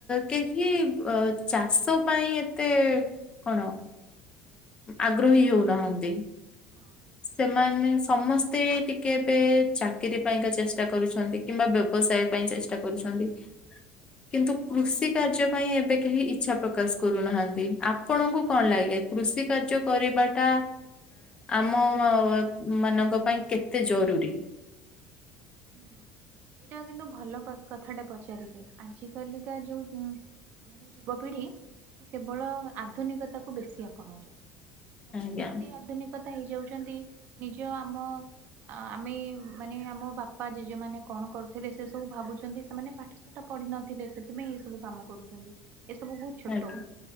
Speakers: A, on the left; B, on the right.
A: କେହି ଚାଷ ପାଇଁ ଏତେ ଅ ଆଗ୍ରହୀ ହଉନାହାନ୍ତି
B: ହଁ
A: ସେମା ସମସ୍ତେ ଟିକେ ଏବେ ଚାକିରି ପାଇଁକା ଚେଷ୍ଟା କରୁଛନ୍ତି କିମ୍ବା ବ୍ୟବସାୟ। ପାଇଁ ଚେଷ୍ଟା କରୁଛନ୍ତି। କିନ୍ତୁ କୃଷି କାର୍ଯ୍ୟ ପାଇଁ ଏବେ କେହି ଇଚ୍ଛା ପ୍ରକାଶ କରୁନାହାନ୍ତି ଆପଣଙ୍କୁ କଣ ଲାଗେ? କୃଷି କାର୍ଯ୍ୟ କରିବାଟା ଆମ ମାନଙ୍କ ପାଇଁ କେତେ ଜରୁରୀ?
B: ହୁଁ ଏଇଟା କିନ୍ତୁ ଭଲ କ କଥାଟା ପଚାରିଲେ ଆଜି କାଲିକା ଯୋଉ ମାନେ ଯୁବପିଢି ସେ କେବଳ ଆଧୁନିକତା କୁ ବେଶି ଆପଣାଉଛନ୍ତି। ମାନେ
A: ଆଜ୍ଞା
B: ଏତେ ଆଧୁନିକତା ହେଇଯାଉଛନ୍ତି ନିଜ ଆମ ଆମେ ମାନେ ଆମ ବାପା ଜେଜେମାନେ କଣ କରୁଥିବେ ସେ ସବୁ ଭାବୁଛନ୍ତି ସେମାନେ ପାଠ ସେଟା ପଢିିନଥିଲେ ସେଥିପାଇଁ ଏଇ ସବୁ କାମ କରୁଛନ୍ତି ଏସବୁ ବହୁତ ଛୋଟ।
A: ଆଜ୍ଞା